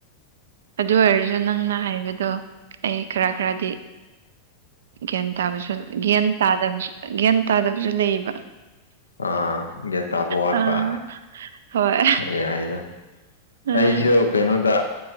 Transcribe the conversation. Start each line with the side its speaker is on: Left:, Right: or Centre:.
Right: ꯑꯗꯨ ꯑꯣꯏꯔꯁꯨ ꯅꯪꯅ ꯍꯥꯏꯕꯗꯣ ꯑꯩ ꯈꯔ
Left: ꯑꯥ
Right: ꯈꯔꯗꯤ ꯒ꯭ꯌꯥꯟ ꯇꯥꯕꯁꯨ ꯒ꯭ꯌꯥꯟ ꯇꯥꯕꯁꯨ ꯒ꯭ꯌꯥꯟ ꯇꯥꯗꯕꯁꯨ ꯂꯩꯌꯦꯕ
Left: ꯑꯥ ꯒ꯭ꯌꯥꯟ ꯇꯥꯕ ꯋꯥꯠꯄ
Right: ꯑꯥ ꯍꯣꯏ
Left: ꯌꯥꯏꯗ
Right: ꯑꯥ
Left: ꯑꯩꯁꯨ ꯀꯩꯅꯣꯗ